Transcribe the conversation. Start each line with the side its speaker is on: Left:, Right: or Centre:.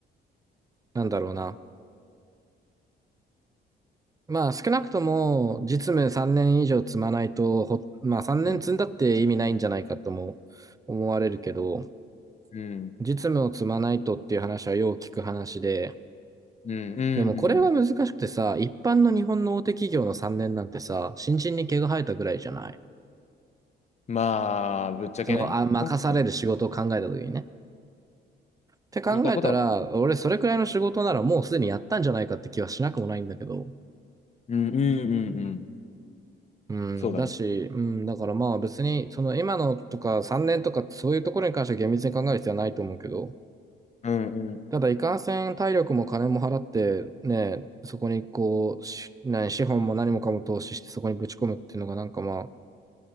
Right: なんだろうな。まあ少なくとも実務3年以上積まないと、ほまあ3年積んだって意味ないんじゃないかとも思われるけど、
Left: うん。うん。
Right: 実務を積まないとっていう話はよう聞く話で、
Left: うん。うん。
Right: でもこれは難しくてさ、
Left: うん
Right: 一般の日本の大手企業の3年なんてさ、新人に毛が生えたぐらいじゃない
Left: まあ、ぶっちゃけね。
Right: その、あ、任される仕事を考えた時にね。
Left: 今回ね
Right: って考えたら、
Left: 言いたいことは
Right: 俺それくらいの仕事ならもうすでにやったんじゃないかって気はしなくもないんだけど。
Left: うんうんうんうん。
Right: うん、
Left: そうだね。
Right: だし、うん、だからまあ別に、その今のとか3年とかそういうところに関しては厳密に考える必要はないと思うけど、
Left: うんうん
Right: ただいかんせん体力も金も払ってね、そこにこう、し、ね、資本も何もかも投資してそこにぶち込むっていうのがなんかまあ、